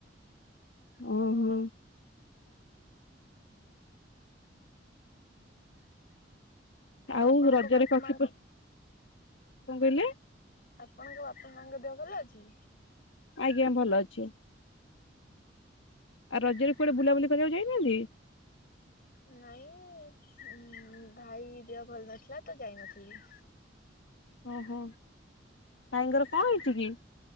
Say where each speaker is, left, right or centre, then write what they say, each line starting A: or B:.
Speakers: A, on the left; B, on the left.
A: ଓ ହୋ। ଆଉ
B: ଆପଣଙ୍କ
A: ରଜରେ
B: ବାପା
A: କଣ
B: ମାଙ୍କ
A: ଖିପୂର କଣ କହିଲେ?
B: ଆପଣଙ୍କ ବାପା ମାଙ୍କ ଦେହ ଭଲ ଅଛି?
A: ଆଜ୍ଞା ଭଲ ଅଛି। ଆଉ ରଜରେ କୁଆଡେ ବୁଲାବୁଲି କରିବାକୁ ଯାଇନାହାନ୍ତି?
B: ନାଇଁ ଭାଇ ଦେହ ଭଲ ନଥିଲା ତ ଯାଇନଥିଲି।
A: ଓହୋ ଭାଇଙ୍କର କଣ ହେଇଛି କି?